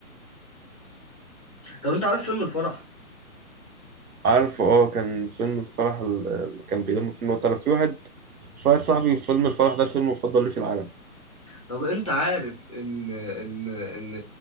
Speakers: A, on the left (about 25°); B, on the right (about 80°).
A: طب انت عارف فيلم الفرح
B: عارفه اه كان فيلم الفرح ال- اللي كان بيلم فيلم وقت انا في واحد في واحد صاحبي فيلم الفرح ده الفيلم المفضل ليه في العالم
A: طب انت عارف ان ان ان